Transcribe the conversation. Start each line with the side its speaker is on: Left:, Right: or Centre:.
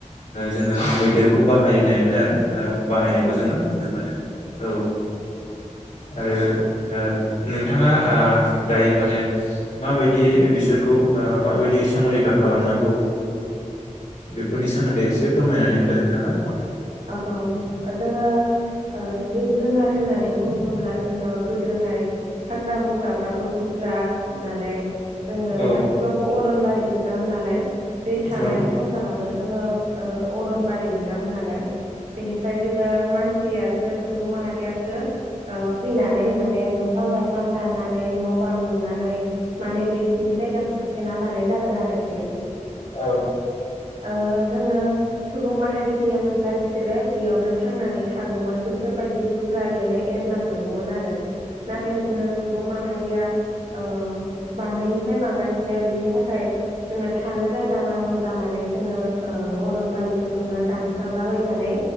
Left: जोङो मैदेरखौ बाहायनायमोन आरो बाहायनायखौ
Right: औ
Left: जोङो नुनो मोनो। औ आरो नोंथाङा दायो माने माबायदियै बिसोरखौ माबायदि संरैखा खालामनांगौ। बेफोरनि सोमोन्दै एसे फोरमायनानै होदो नोंथाङा
Right: औ जोङो ओ जिब जुनार होननानै बुङोब्ला जोङो गोदो फाय हाग्रा बंग्राफ्राबो बुरजा नालाय जोङो
Left: औ
Right: गासिबाबो अरनबारि गोजामोन नालाय बे थानाय
Left: औ
Right: संसारावनो जोङो अरन बारि गोजामोन नालाय बेनिफ्राय जोङो मानसियासो सुबुं माहारियासो फैनानै माने दंफां लाइफां दाननानै न' बां लुनानै माने बिसिनि जायगाखौ सेना लानाय जादों आरोखि
Left: औ
Right: ओ जोङो सुबुं माहारि गैयामोनब्ला बिसोर सोरो बेयावनो थांनानै थागौमोन गोसो बायदि बुरजायैनो एरलांजोबगौमोन आरो। नाथाय जोङो सुबुं माहारिया ओ बांनायनिफ्राय बांगासिनो बिनि थाखाय जोङो थानो जायगा नांगौ जानानै जोङो अरनबारिफोरखौनो दानसां नै